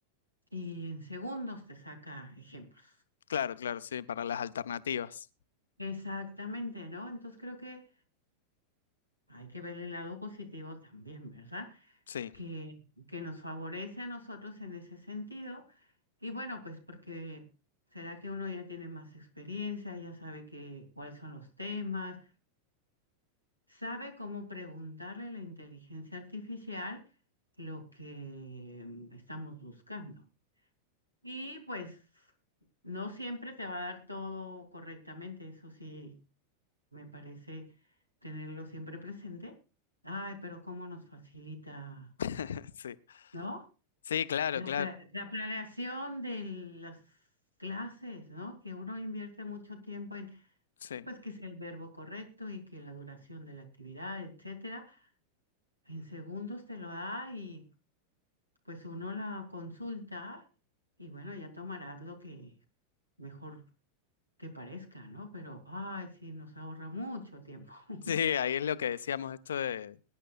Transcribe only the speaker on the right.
Y en segundos te saca ejemplos.
Exactamente, ¿no? Entonces creo que hay que ver el lado positivo también, ¿verdad?
Que, que nos favorece a nosotros en ese sentido. Y bueno, pues porque será que uno ya tiene más experiencia, ya sabe que, cuáles son los temas, sabe cómo preguntarle a la inteligencia artificial lo que mm, estamos buscando. Y pues no siempre te va a dar todo correctamente, eso sí, me parece tenerlo siempre presente. Ay, pero cómo nos facilita,
¿no?
La,
pla- la planeación de las clases, ¿no? Que uno invierte mucho tiempo en,
pues, que sea el verbo correcto y que la duración de la actividad, etcétera. En segundos te lo da y pues uno la consulta y bueno, ya tomarás lo que mejor te parezca, ¿no? Pero, ay, sí, nos ahorra mucho tiempo. <laughs>